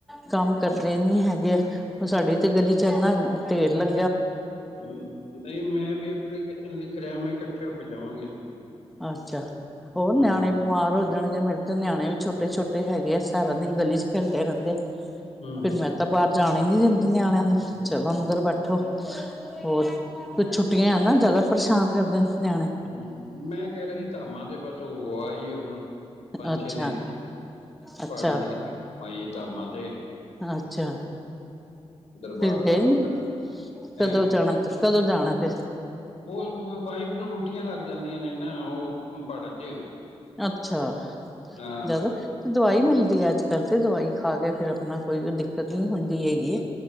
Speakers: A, in the centre; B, on the left.
A: ਕੰਮ ਕਰਦੇ ਨੀ ਹੈਗੇ ਉਹ ਸਾਡੀ ਤੇ ਗਲੀ 'ਚ ਇੰਨਾ ਢੇਰ ਲੱਗ,
B: ਹ ਨਹੀਂ ਮੈਂ ਵੀ ਐਪਲੀਕੇਸ਼ਨ ਲਿਖ ਰਿਹਾ ਮੈਂ ਇਕੱਠੇ ਹੋ ਕੇ ਜਾਵਾਂਗੇ ਅਸੀਂ ਵੀ
A: ਅੱਛਾ ਹੋਰ ਨਿਆਣੇ
B: ਹੂੰ
A: ਬਿਮਾਰ ਹੋ ਜਾਣਗੇੇ ਮੇਰੇ, ਤੇ ਨਿਆਣੇ ਵੀ ਛੋਟੇ-ਛੋਟੇ
B: ਹੂੰ
A: ਹੈਗੇ ਆ ਸਾਰਾ ਦਿਨ ਗਲੀ ਚ ਖੇਲਦੇ ਰਹਿੰਦੇ
B: ਹੂੰ
A: ਫਿਰ
B: ਹੂੰ,
A: ਮੈਂ ਤਾਂ ਬਾਹਰ ਜਾਣ ਣੀ ਨੀ ਦਿੰਦੀ ਨਿਆਣਿਆਂ ਨੂੰ
B: ਹੂੰ
A: ਚਲੋ ਅੰਦਰ ਬੈਠੋ, ਹੋਰ ਕੁਛ ਛੁੱਟੀਆਂ ਐ ਨਾ ਜ਼ਿਆਦਾ ਪਰੇਸ਼ਾਨ ਕਰਦੇ ਨੇ ਨਿਆਣੇ
B: ਹ ਮੈਂ ਕਹਿ ਰਿਹਾ ਸੀ ਧਾਮਾਂ ਤੇ ਬਸ ਉਹ ਆ ਹੀ ਹੈ ਹੁਣ ਪੰਜ
A: ਅੱਛਾ
B: ਛੇ ਦਿਨ
A: ਅੱਛਾ
B: ਪਹਾੜਾਂ 'ਚ ਕਿਤੇ ਘੁੰਮ ਆਈਏ ਧਾਮਾਂ 'ਤੇ
A: ਅੱਛਾ,
B: ਦਰਬਾਰ
A: ਫਿਰ
B: ਸਾਹਿਬ
A: ਗਏ ਨੀ
B: ਵਗੈਰਾ
A: ਕਦੋਂ
B: ਹੈਂ
A: ਜਾਣਾ ਕਦੋਂ ਜਾਣਾ ਫਿਰ
B: ਉਹ ਵਾਈਪ ਨੂੰ ਉਲਟੀਆਂ ਲੱਗ ਜਾਂਦੀਆਂ ਨੇ ਨਾ ਉਹ ਪਹਾੜਾਂ ਚ
A: ਅੱਛਾ
B: ਹਾਂ
A: ਜ਼ਿਆਦਾ, ਦਵਾਈ ਮਿਲਦੀ ਹੈ ਅੱਜ-ਕੱਲ੍ਹ ਤੇ ਦਵਾਈ ਖਾ ਕੇ ਫਿਰ ਆਪਣਾ ਕੋਈ ਦਿੱਕਤ ਨੀ ਹੁੰਦੀ। ਹੈਗੀ